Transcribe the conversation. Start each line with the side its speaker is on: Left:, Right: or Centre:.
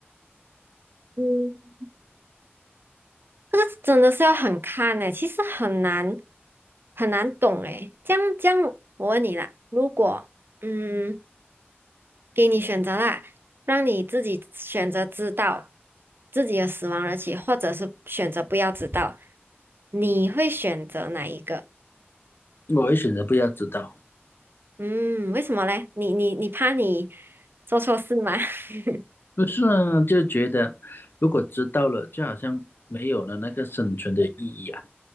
Right: 嗯。这个真的是要很看诶，其实很难很难懂诶。这样这样，我问你啦，如果嗯给你选择啦，让你自己选择知道自己的死亡日期，或者是选择不要知道，你会选择哪一个？
Left: 我会选择不要知道。
Right: 嗯，为什么嘞？你你你怕你做错事吗？<laughs>
Left: 不是啊，就觉得如果知道了，就好像没有了那个生存的意义啊，